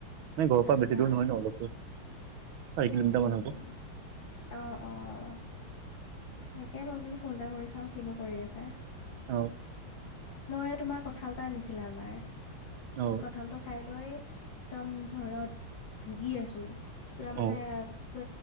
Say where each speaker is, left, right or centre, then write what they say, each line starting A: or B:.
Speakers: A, on the right; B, on the left.
A: নাই ঘৰৰ পৰা
B: আচ্ছা
A: বেছি দূৰ নহয় ন, অলপ দূৰ চাৰি কিলোমিটাৰ
B: উম
A: মান হ'ব।
B: অ', অ'। তাকে মই বোলো ফোন এটা কৰি চাওঁ কিনো কৰি আছে।
A: অ'।
B: ময়ে তোমাৰ কঁঠাল এটা আনিছিলে আমাৰ।
A: অ'।
B: কঁঠালটো খাই লৈ একদম জ্বৰত ভুগি আছো। পুৰা
A: অ',
B: মানে পে